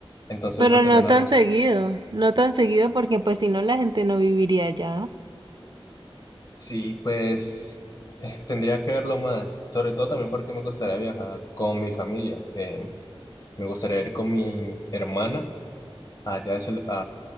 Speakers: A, on the left; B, on the right.
A: Entonces
B: Pero
A: esa sería
B: no
A: una
B: tan
A: raz-
B: seguido, no tan seguido porque pues si no la gente no viviría allá.
A: Sí, pues <laughs> tendría que verlo más, sobre todo también porque me gustaría viajar con mi familia. eh, me gustaría ir con mi hermana allá es el,